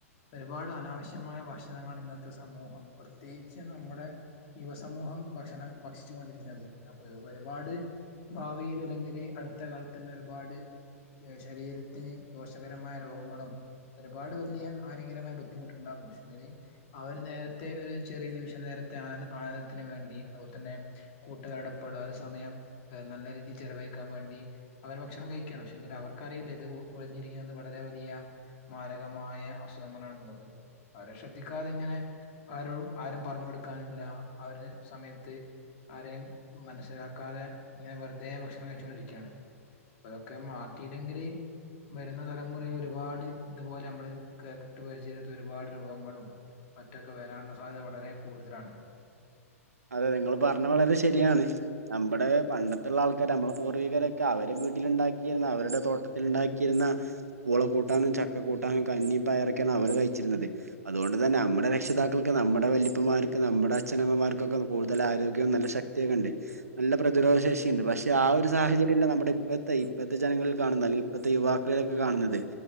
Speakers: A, on the left; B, on the right.
A: ഒരുപാട് അനാവശ്യമായ ഭക്ഷണങ്ങണ് ഇന്നത്തെ സമൂഹം പ്രത്യേകിച്ച് നമ്മുടെ യുവസമൂഹം ഭക്ഷണം ഭക്ഷിച്ചു കൊണ്ടിരിക്കണത് അപ്പൊ ഇതൊക്ക ഒരുപാട് ഭാവിയില് അല്ലെങ്കില് അടുത്ത കാലത്തനേയ് ഒരുപാട് ശരീരത്തിന് ദോഷകരമായ രോഗങ്ങളും ഒരുപാട് വല്ല്യ ഹാനികരമായ ബുദ്ധിമുട്ടുണ്ടാകും പക്ഷെങ്കില് അവര് നേരത്തെ ഒരു ചെറിയ നിമിഷം നേരത്തെ ആന ആനന്ദത്തിന് വേണ്ടി അതുപോലെ തന്നെ കൂട്ടുകാരട് ഒപ്പോള്ളരു സമയം നല്ല രീതിയിൽ ചെലവഴിക്കാൻ വേണ്ടി അവര് ഭക്ഷണം കഴിക്കാണ് പക്ഷെങ്കി അവർക്കറിയില്ല ഇത് ഒഴിഞ്ഞിരിക്കുന്നത് വളരെ വലിയ മാരകമായ അസുഅങ്ങളാണുള്ളത് അവരെ ശ്രദ്ധിക്കാതെ ഇങ്ങനെ ആരും ആരും പറഞ്ഞു കൊടുക്കാനില്ല, ആ ഒര് സമയത്ത് ആരെയും മനസ്സിലാക്കാതെ ഇങ്ങനെ വെറുതേ ഭക്ഷണം കഴിച്ച്കൊണ്ടിരിക്കാണ്. ഇപ്പതൊക്കെ മാറ്റീനെല്ലെങ്കില് വരുന്ന തലമുറയെ ഒരുപാട് ഇതുപോലമ്മള് കേട്ട് പരിചയില്ലാത്ത ഒരുപാട് രോഗങ്ങളും അറ്റാക്ക് വരാനുള്ള സാധ്യത വളരെ കൂടുതലാണ്‌.
B: അതെ നിങ്ങള് പറഞ്ഞെ വളരെ ശരിയാണ്. നമ്മ്ടെ പണ്ടത്തുള്ളാൾക്കാര് നമ്മളെ പൂർവികരൊക്കെ അവര് വീട്ടില് ഇണ്ടാക്കിയിരുന്ന അവരുടെ തോട്ട് ട്ടത്തിൽ ഇണ്ടാക്കിയിര്ന്ന പൂള കൂട്ടാനും, ചക്ക കൂട്ടാനും, കഞ്ഞിം പയറൊക്കേണ് അവര് കഴിച്ചിരുന്നത്. അതുകൊണ്ട് തന്നെ നമ്മുടെ രക്ഷിതാക്കൾക്ക് നമ്മുടെ വല്ലി പ്പമാർക്ക് നമ്മുടെ അച്ഛനമ്മമാർ ക്കൊക്കെ കൂടുതൽ ആരോഗ്യവും നല്ല ശക്തിയൊക്കെണ്ട്. നല്ല പ്രതിരോധ ശേഷിയ്ണ്ട്. പക്ഷെ ആ ഒരു സാഹചര്യല്ല നമ്മുടെ ഇപ്പത്തെ ഇപ്പത്തെ ജനങ്ങളിൽ കാണുന്നെ, അല്ലെങ്കിൽ ഇപ്പത്തെ യുവാ <unintelligible> കാണുന്നത്.